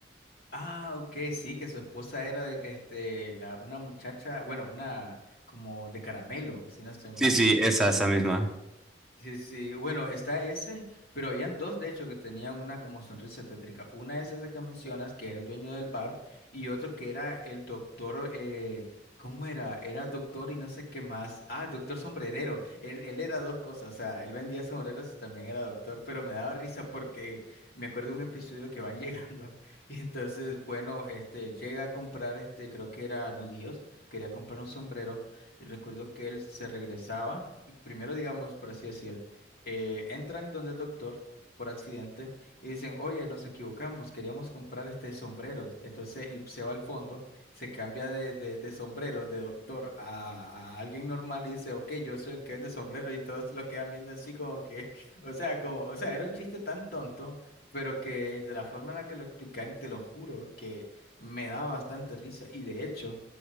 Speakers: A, on the left (about 55°); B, in the centre.
A: Ah, ok, sí, que su esposa era este, la, una muchacha, bueno, una como de caramelo, si no estoy mal.
B: Sí, sí, esa, esa misma.
A: Sí, sí, bueno, está ese, pero habían dos de hecho que tenían una como sonrisa tétrica. Una es esa que mencionas, que era el dueño del bar, y otro que era el doctor, eh, ¿cómo era? Era doctor y no sé qué más. Ah, doctor sombrerero. Él, él era dos cosas, o sea, él vendía sombreros y también era doctor, pero me daba risa porque me acuerdo de un episodio que van llegando. <laughs> Y entonces, bueno, este, llega a comprar, este, creo que era nudillos, quería comprar un sombrero, y recuerdo que él se regresaba primero digamos, por así decir, eh, entran donde el doctor por accidente y dicen, oye, nos equivocamos, queríamos comprar este sombrero. Entonces él se va al fondo, se cambia de, de, de sombrero de doctor a, a alguien normal y dice, ok, yo soy el que vende sombrero y todos lo quedan viendo así como que, <laughs> o sea, como, o sea, era un chiste tan tonto. Pero que el de la forma en la que lo explican, te lo juro, que me daba bastante risa. Y de hecho,